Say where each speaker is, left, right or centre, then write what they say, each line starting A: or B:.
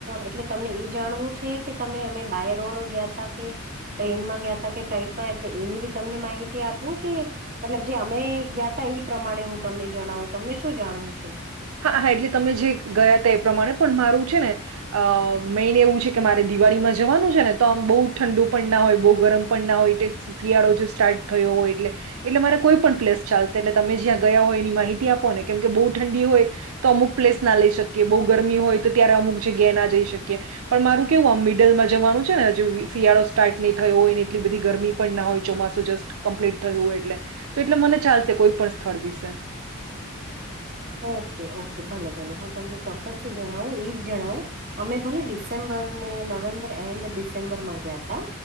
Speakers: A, on the right (about 45°); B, on the right (about 90°).
A: એટલે તમને ઈ જાણવું છે કે તમે અમે બાય રોડ ગયા હતા કે? ટ્રેનમાં ગયા હતા કે ફ્લાઈટમાં? એટલે એની બી તમને માહિતી આપું કે. મતલબ, જે અમે ગયા હતા એ પ્રમાણે હું તમને જણાવું. તમને શું જાણવું છે?
B: હા, હા, એટલે તમે જે ગયા હતા એ પ્રમાણે પણ મારું છે ને. અ મેઇન એવું છે કે, મારે દિવાળીમાં જવાનું છે ને. તો આમ બહુ ઠંડુ પણ ના હોય, બહુ ગરમ પણ ના હોય, શિયાળો જ સ્ટાર્ટ થયો હોય એટલે. એટલે મારે કોઈ પણ પ્લેસ ચાલશે. એટલે તમે જ્યાં ગયા હોય એની માહિતી આપો ને, કેમ કે બહુ ઠંડી હોય તો અમુક પ્લેસ ના લઈ શકીએ, બહુ ગરમી હોય તો ત્યારે અમુક જગ્યાએ ના જઈ શકીએ. પણ મારું કેવું, આમ મિડલમાં જવાનું છે ને. હજી શિયાળો સ્ટાર્ટ નહીં થયો હોય ને, એટલી બધી ગરમી ના હોય, ચોમાસું જ કમ્પ્લીટ થયું હોય એટલે તો. એટલે મને ચાલશે કોઈ પણ સ્થળ વિશે
A: ઓકે, ઓકે. ભલે, ભલે. હું તમને ચોક્કસથી જણાવું, એ જ જણાવું. અમે ભલે ડિસેમ્બરને નવેમ્બર એન્ડ ડિસેમ્બરમાં ગયા હતા.